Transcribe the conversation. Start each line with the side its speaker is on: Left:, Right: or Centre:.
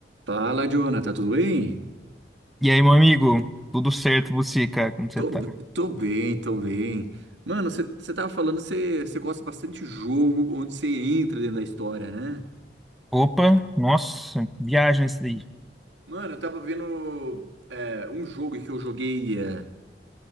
Right: Fala, Jonathan, tudo bem?
Centre: E aí, meu amigo? Tudo certo você, cara? Como você
Right: Tô,
Centre: tá?
Right: b- tô bem, tô bem. Mano, você tava falando que você gosta bastante de jogo onde você entra dentro da história, né?
Centre: Opa, nossa, viagem isso daí.
Right: Mano, eu tava vendo é, um jogo que eu joguei é,